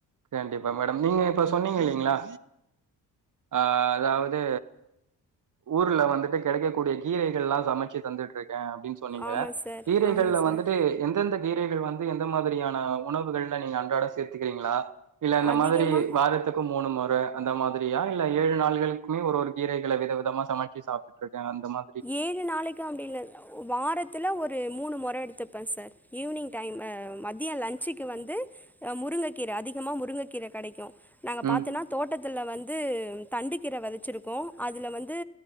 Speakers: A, on the right; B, in the centre.
A: கண்டிப்பா மேடம் நீங்க இப்ப சொன்னீங்க இல்லைங்களா அ அதாவது ஊர்ல வந்துட்டு கெடைக்கக்கூடி தெல்லா சமச்சு தந்துட்டு இருக்க அப்டின்னு சொன்னீங்க
B: ஆமா சார்
A: கீரைகள்ல
B: ஆமா சார்
A: வந்துட்டு எந்தெந்த கீரைகள் வந் து எந்த மாதிரியான உணவுகள் நீங்க அன்றாட சேத்துக்றீங்களா இல்ல இந்த
B: அதிகமா
A: மாதிரி வாரத்துக் மூணு முற அந்த மாதிரியா இல்ல ஏழு நாள்களுக்குமே ஒரு ஒரு கீரைகள வித விதமா சமச்சி சாப்ட்டுட்டு இருக்க அந்த மா
B: ஏழு நாளைக்குன் அப்டில்ல வாரத்துல ஒரு மூணு மெற எடுத்துப்ப சார் ஈவ்னிங் டைம் அ மதிய லன்ச்சுக்கு வந்து முருங்கக்கீர அதிகமா முருங்கக்கீர கெடைக்கோ நாங்க
A: ம்.
B: பாத்தனா தோட்டத்துல வந்து தண்டுக்கீர வதச்சிருக்கோ அதுல வந்து